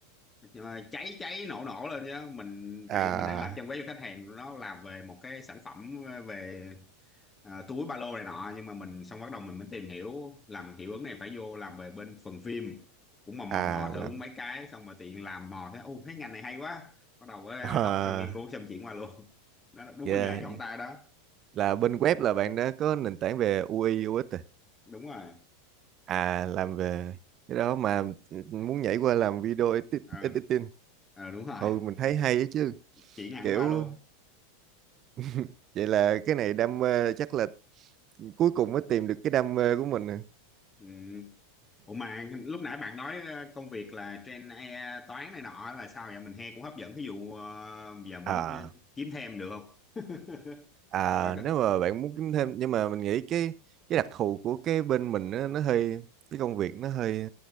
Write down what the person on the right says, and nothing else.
à,
à,
là,
à,
dạ,
Là bên web là bạn đã có nền tảng về UI, UX rồi. À,
À, làm về cái đó mà ừ, muốn nhảy qua làm video edit-
editing.
Hồi mình thấy hay ấy chứ,
kiểu
<laughs> vậy là cái này đam mê chắc là cuối cùng mới tìm được cái đam mê của mình.
À.
<laughs>
À,
nếu
mà bạn muốn kiếm thêm nhưng mà mình nghĩ cái cái đặc thù của cái bên mình nó, nó hơi cái công việc nó hơi